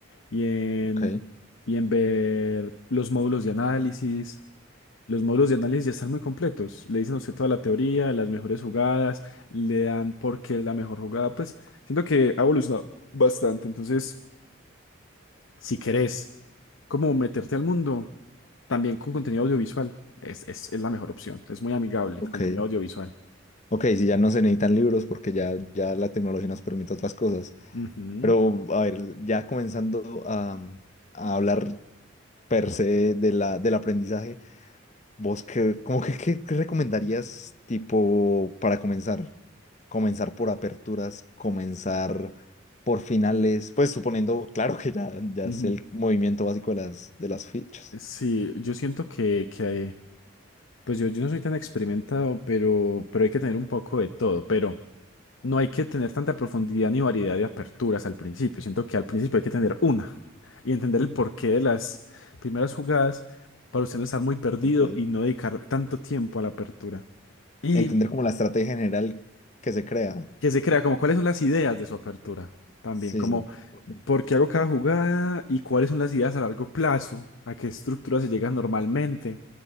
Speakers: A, on the left; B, on the left.
A: y en,
B: Ok,
A: y en ver los módulos de análisis. Los módulos de análisis ya están muy completos. Le dicen a usted toda la teoría, las mejores jugadas, le dan por qué es la mejor jugada. Pues siento que ha evolucionado bastante. Entonces, si querés como meterte al mundo, también con contenido audiovisual, es, es, es la mejor opción. Es muy amigable
B: ok.
A: el contenido audiovisual.
B: Ok, si ya no se necesitan libros porque ya, ya la tecnología nos permite otras cosas.
A: Ujú,
B: Pero, a ver, ya comenzando a, a hablar per se de la, del aprendizaje, ¿vos qué, como que, qué, qué recomendarías tipo para comenzar? Comenzar por aperturas, comenzar por finales, pues suponiendo, claro que ya, ya
A: ujú.
B: sé el movimiento básico de las, de las fichas.
A: Sí, yo siento que, que, pues yo, yo no soy tan experimentado, pero, pero hay que tener un poco de todo. Pero no hay que tener tanta profundidad ni variedad de aperturas al principio. Siento que al principio hay que tener una y entender el porqué de las primeras jugadas para usted no estar muy perdido
B: Ok.
A: y no dedicar tanto tiempo a la apertura. Y
B: Entender como la estrategia general que se crea.
A: que se crea como cuáles son las ideas de su apertura también,
B: Sí,
A: como
B: sí. Ok.
A: por qué hago cada jugada y cuáles son las ideas a largo plazo, a qué estructura se llega normalmente